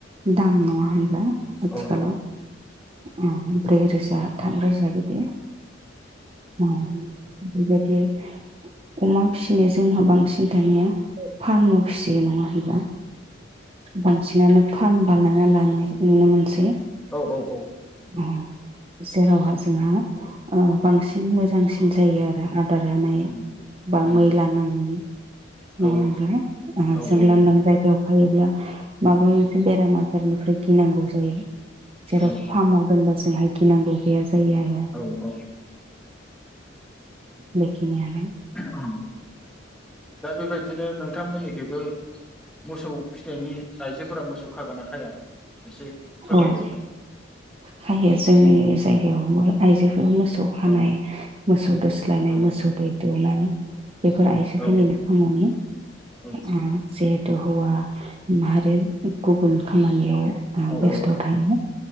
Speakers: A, on the right; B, in the centre.
A: दाम नङा होनब्ला। आथिखालाव
B: औ
A: ओ ब्रै रोजा थाम रोजा बिदि ओम बेबायदि अमा फिसिनो जोंहा बां सिन्थानिया फार्म। खुसि नङा होनब्ला। बांसिनानो। फार्म बानायना लानाय नुनो मोनसै।
B: औ औ औ
A: ओ जेरावहा जोंहा ओ बांसिन मोजांसिन जायो आरो आ आदार होनाय
B: उम
A: बा
B: उम
A: मैला नाङै नङा
B: औ
A: होनब्ला
B: औ
A: जों लांदां
B: नंगौ
A: जायगायाव थायोब्ला माबा मोनसे बेराम आजारनिफ्राय गिनांगौ जायो जेराव।
B: औ
A: फार्माव दोनबा जोंहाय गिनांगौ। गैया जायो आरो
B: औ औ
A: बेखिनियानो
B: ओम दा बेबायदिनो नों थांमोननिखैबो मोसौ फिथाइनि आइजोफोरा मोसौ खागोन ना खाया। एसे फोरमायदो
A: अह खायो जोंनि बेयावबो आइजोफोरा मोसौ खानाय
B: औ
A: मोसौ दोस्लायनाय
B: औ
A: मोसौ दै दौनाय। <inaudible> बेफोर आइजोफोरनिनो
B: औ
A: खामानि।
B: औ
A: अह जे त हौवा माहारिर गुबुन खामानियाव ओ
B: औ
A: बेस्थ थायो